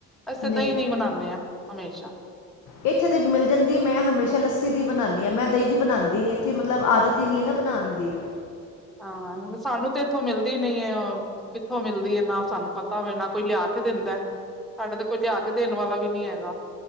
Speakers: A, in the centre; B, on the left.
A: ਅਸੀਂ
B: ਨਹੀਂ
A: ਤਾਂ ਦਈਂ ਦੀ ਬਨਾਨੇ ਆਂ ਹਮੇਸ਼ਾ।
B: ਏਥੇ ਤੇ ਮਿਲ ਜਾਂਦੀ ਐ ਮੈਂ ਹਮੇਸ਼ਾ ਲੱਸੀ ਦੀ ਬਨਾਨੀ ਆਂ ਮੈਂ ਦਈਂ ਦੀ ਬਨਾਂਦੀ ਨੀ ਏਥੇ ਮਤਲਬ ਆਦਤ ਤੀ ਨਈਂ ਐ ਬਨਾਨ ਦੀ।
A: ਹਾਂ, ਹੁਨ ਸਾਨੂੰ ਤੇ ਏਥੋਂ ਮਿਲਦੀ ਨਈਂ ਐ ਓ। ਕਿੱਥੋਂ ਮਿਲਦੀ ਐ ਨਾ ਸਾਨੂੰ ਪਤਾ ਹੋਵੇ ਨਾ ਕੋਈ ਲਿਆ ਕੇ ਦਿੰਦਾ। ਸਾਡੇ ਤੇ ਕੋਈ ਲਿਆ ਕੇ ਦੇਨ ਵਾਲਾ ਵੀ ਨਈ ਹੈਗਾ।